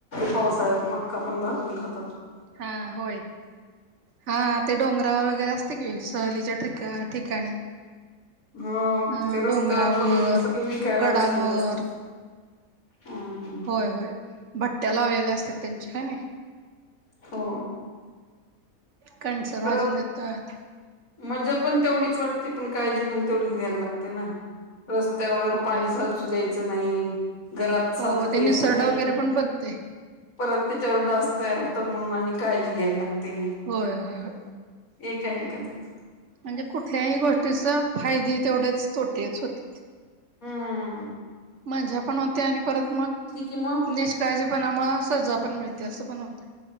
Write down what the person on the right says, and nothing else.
हा होय हा ते डोंगरावर वगैरे असते कि सहलीच्या ठि ठिकाणी
अ
डोंगरावर
गडांवर
होय, होय भट्ट्या लावलेल्या असतात त्यांच्या हाय ने.
कणसं
भाजून देतात.
होय
हो
ते निसरडा
वगैरे पण बनते
होय होय होय
म्हणजे कुठल्याही गोष्टीचं फायदे तेवढेच तोटेच होत
मजा पण होते आणि परत मग
निष्काळजीपणामुळे सजा पण मिळते असं पण होतं.